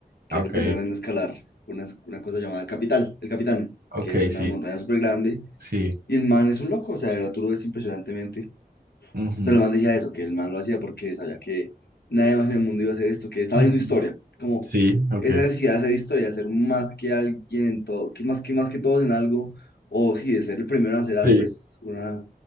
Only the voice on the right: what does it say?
ok,
ok,
sí,
sí,
ujú,
ujú,
sí, ok,
sí,